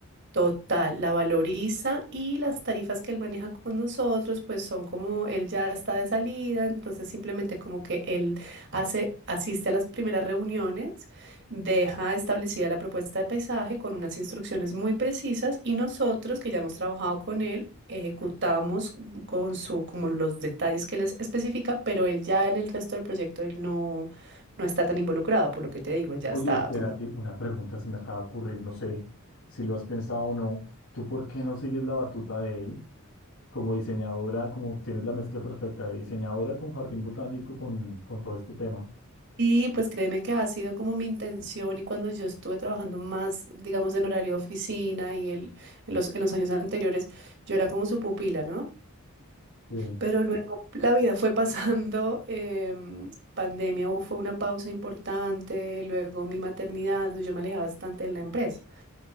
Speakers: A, on the right; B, on the left.
A: Total, la valoriza y las tarifas que él maneja con nosotros, pues son como él ya está de salida, entonces simplemente como que él hace, asiste a las primeras reuniones, deja establecida la propuesta de paisaje con unas instrucciones muy precisas y nosotros que ya hemos trabajado con él, ejecutamos con su, como los detalles que les especifica, pero él ya en el resto del proyecto él no, no está tan involucrado, por lo que te digo, él ya
B: Oye,
A: está
B: espérate,
A: como
B: una pregunta se me acaba de ocurrir, no sé si lo has pensado o no. ¿Tú por qué no sigues la batuta de él? Como diseñadora, como tienes la mezcla perfecta de diseñadora con jardín botánico, con, con todo este tema.
A: Y pues créeme que ha sido como mi intención y cuando yo estuve trabajando más, digamos, en horario de oficina y el- en los, en los años anteriores, yo era como su pupila, ¿no?
B: Sí,
A: Pero luego la vida fue <laughs> pasando, em, pandemia hubo- fue una pausa importante, luego mi maternidad, yo me alejé bastante de la empresa.